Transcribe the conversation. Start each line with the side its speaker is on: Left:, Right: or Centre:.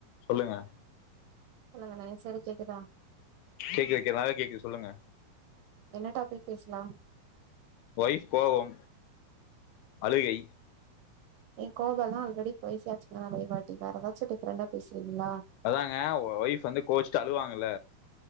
Left: சொல்லுங்க
Right: hello <inaudible> sir கேக்குதா
Left: <inaudible> நல்லா கேக்குது சொல்லுங்க
Right: என்ன டாபிக் பேசலா
Left: வைஃப் கோவம் அழுகை
Right: ஏ கோவோளா ஆல்ரெடி போய் <unintelligible> வேற எதாச்சு டிஃபரண்டா பேசுறீங்களா
Left: அதாங்க ஒ ஒய்ஃப் வந்து கோச்சுட்டு அழுவாங்கல